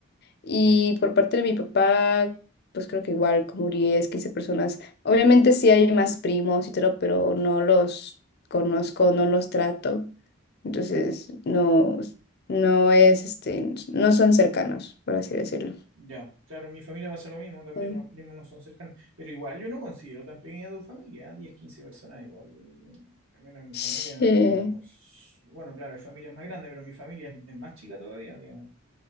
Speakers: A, on the left (about 50°); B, on the right (about 65°).
A: y por parte de mi papá, pues creo que igual, como 10 15 personas. Obviamente sí hay más primos y todo, pero no los conozco, no los trato. Entonces, no, no es, este, no son cercanos, por así decirlo.
B: Ya, claro, mi familia pasa lo mismo también,
A: Mm.
B: los primos no son cercanos, pero igual yo no considero tan pequeña tu familia, 10 15 personas igual, al menos en mi
A: Sí.
B: familia no, s- bueno, claro, hay familias más grandes, pero mi familia es, es más chica todavía, digamos.